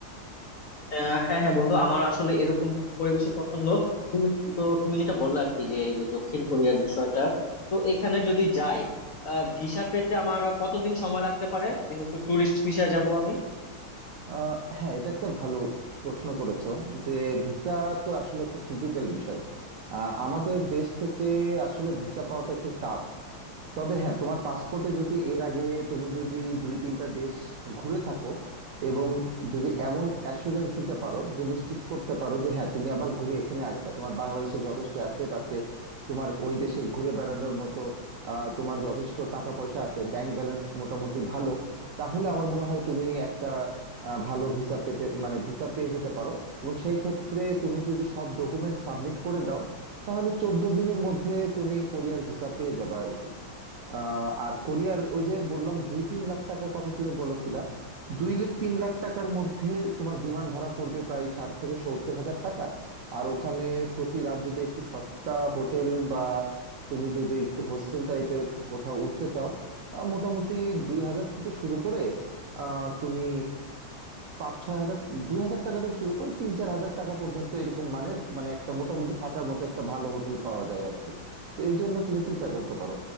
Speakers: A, on the left (about 55°); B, on the right (about 85°).
A: আহ, হ্যাঁ হ্যাঁ বন্ধু আমার আসলে এরকম পরিবেশই পছন্দ তুমি তো তুমি যেটা বললে আর কি যে এই যে দক্ষিণ কোরিয়ার বিষয়টা তো এখানে যদি যাই ভিসা পেতে আমার কতদিন সময় লাগতে পারে যেহেতু টুরিস্ট ভিসা যাব আমি
B: আহ হ্যাঁ এটা একটা ভালো প্রশ্ন করেছো যে ভিসা তো আসলে একটা ক্রিটিক্যাল বিষয় আহ, আমাদের দেশ থেকে আসলে ভিসা পাওয়াটা একটু টাফ তবে হ্যাঁ তোমার পাসপোর্টে যদি এর আগে তুমি যদি দুই তিনটা দেশ ঘুরে থাকো এবং যদি এমন অ্যাসুরেন্স দিতে পারো যে নিশ্চিত করতে পারো যে হ্যাঁ তুমি আবার ঘুরে এখানে আসবা তোমার বাংলাদেশে যথেষ্ট অ্যাসেট আছে তোমার ওই দেশে ঘুরে বেড়ানোর মতো আহ, তোমার যথেষ্ট টাকা পয়সা আছে ব্যাংক ব্যালেন্স মোটামুটি ভালো তাহলে আমার মনে হয় তুমি একটা আহ, ভালো ভিসা পেতে মানে ভিসা পেয়ে যেতে পারো এবং সেই ক্ষেত্রে তুমি যদি সব ডকুমেন্ট সাবমিট করে দাও তাহলে চোদ্দ দিনের মধ্যে তুমি কোরিয়ার ভিসা পেয়ে যাবে আর কি আহ, আর কোরিয়ার ওই যে বললাম দুই তিন লাখ টাকার কথা তুমি বলেছিলা দুই লাখ তিন লাখ টাকার মধ্যে তোমার বিমান ভাড়া পড়বে প্রায় ষাট থেকে সত্তর হাজার টাকা আর ওখানে প্রতি রাত যদি একটু সস্তা হোটেল বা তুমি যদি একটু হোস্টেল টাইপের কোথাও উঠতে চাও আহ, মোটামুটি দুই হাজার থেকে শুরু করে আহ তুমি পাঁচ ছয় হাজার দুই হাজার টাকা থেকে শুরু করে তিন চার হাজার টাকা পর্যন্ত এরকম মানের মানে একটা মোটামুটি থাকার মতো একটা ভালো হোটেল পাওয়া যায় আর কি তো এই জন্য তুমি চিন্তা করতে পারো